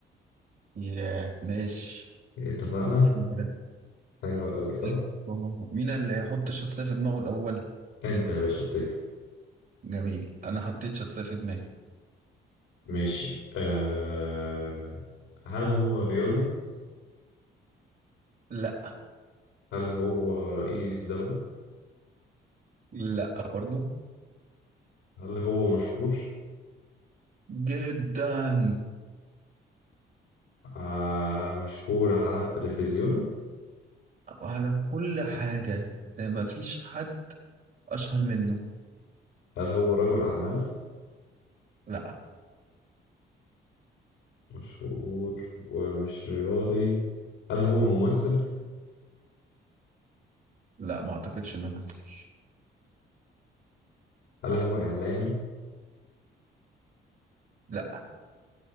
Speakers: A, on the right; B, on the left.
A: ياه ماشي
B: إيه، اتفقنا
A: حلو كده
B: حلوة أوي صح
A: طيب آه، مين اللي هيحط الشخصية في دماغه الأول
B: أنت يا باشا ابتدي
A: جميل أنا حطيت شخصية في دماغي
B: ماشي أه... هل هو رياضي
A: لا
B: هل هو رئيس دولة
A: لا برضو
B: هل هو مشهور
A: جدا
B: أه... مشهور على التلفزيون
A: على كل حاجة ده ما فيش حد أشهر منه
B: هل هو رجل أعمال
A: لا
B: مشهور ومش رياضي هل هو ممثل
A: لا ما أعتقدش إنه ممثل
B: هل هو إعلامي
A: لا